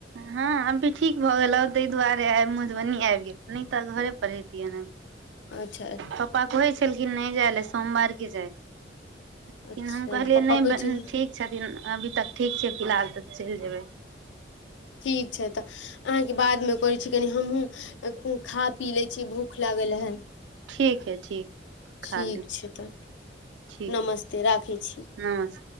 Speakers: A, on the right; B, on the left.
A: हँ अब भी ठीक भऽ गेलहु ताहि दुआरे आइ मधुबनी आबि गेल नै तऽ घरे पर रहेतियै ने
B: अच्छा
A: पापा कहै छलखिन नहि जाइ ल सोमवार के जाइ लेकिन
B: अच्छा
A: हम कहलियै
B: पप्पा
A: नहि
B: कहै छै
A: ठीक छथिन अभी तक ठीक छै फिलहाल तऽ चैल जेबै
B: ठीक छै तऽ अहाँके बादमे करैत छी कनि हमहूँ खा पी लै छी भूख लागल हन
A: ठीक हइ ठीक खाली
B: ठीक छै तऽ
A: ठीक
B: नमस्ते राखै छी
A: नमस्ते